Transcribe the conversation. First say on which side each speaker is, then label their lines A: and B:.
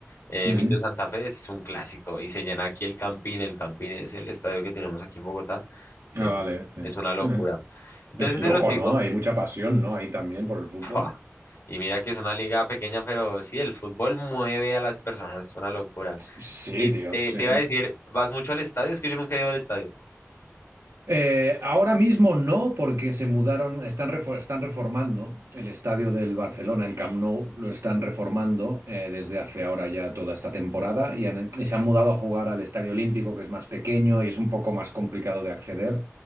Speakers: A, on the left (about 65°); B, on the right (about 75°).
A: Eh,
B: ujú.
A: Millo Santa Fe es un clásico y se llena aquí el Campín, el Campín es el estadio que tenemos aquí en Bogotá, es,
B: Ah, vale, sí.
A: es una locura.
B: <laughs>
A: Entonces
B: Es loco,
A: se lo sigo.
B: ¿no? Hay mucha pasión, ¿no? Ahí también por el fútbol.
A: <laughs> Y mira que es una liga pequeña, pero sí, el fútbol mueve a las personas, es una locura.
B: Sí,
A: Y
B: tío,
A: te,
B: sí.
A: te iba a decir, ¿vas mucho al estadio? Es que yo nunca he ido al estadio.
B: Eh, ahora mismo no, porque se mudaron, están, refor- están reformando el estadio del Barcelona, el Camp Nou, lo están reformando eh, desde hace ahora ya toda esta temporada y, han- y se han mudado a jugar al Estadio Olímpico, que es más pequeño y es un poco más complicado de acceder.